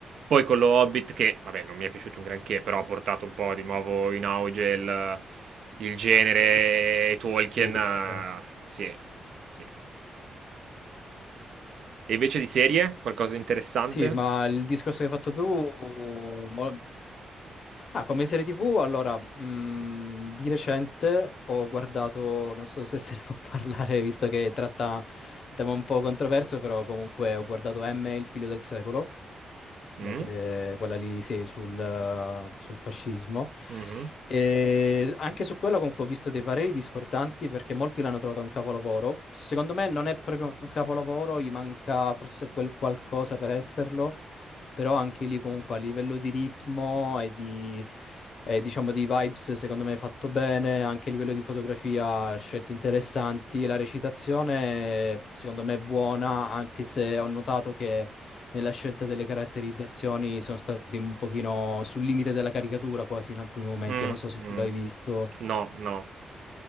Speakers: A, on the right; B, on the left.
A: Poi con lo Hobbit che, vabbè, non mi è piaciuto un granché, però ha portato un po' di nuovo in auge il, il genere
B: Sì,
A: e Tolkien.
B: sì, ricordo.
A: eh, Sì, sì. E invece di serie, qualcosa di interessante?
B: Sì, ma il discorso che hai fatto tu, mo- Ah, come serie TV, allora, mh, di recente ho guardato, non so se se ne può <laughs> parlare, visto che tratta un tema un po' controverso, però comunque ho guardato M, il figlio del secolo,
A: Mm?
B: la serie, quella lì, sì, sul, eh, sul fascismo.
A: Mhm.
B: E anche su quella comunque ho visto dei pareri discordanti perché molti l'hanno trovata un capolavoro. Secondo me non è proprio un capolavoro, gli manca forse quel qualcosa per esserlo, però anche lì comunque a livello di ritmo e di, e diciamo di vibes secondo me è fatto bene, anche a livello di fotografia scelte interessanti, la recitazione secondo me è buona, anche se ho notato che nella scelta delle caratterizzazioni sono stati un pochino sul limite della caricatura quasi in alcuni momenti,
A: Mm,
B: non so se
A: mm.
B: tu l'hai visto,
A: No, no.